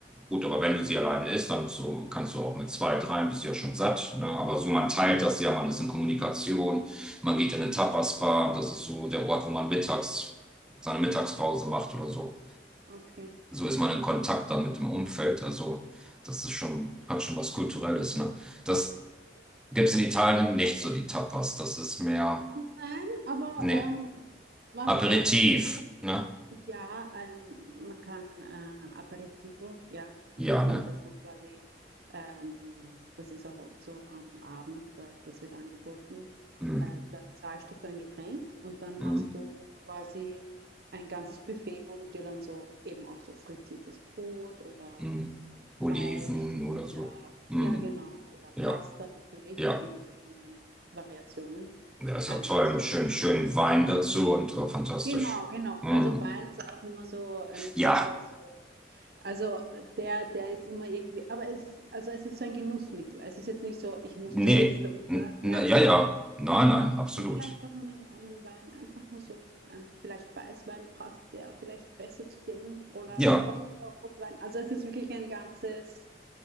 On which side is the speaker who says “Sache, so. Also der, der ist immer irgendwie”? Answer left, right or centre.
Right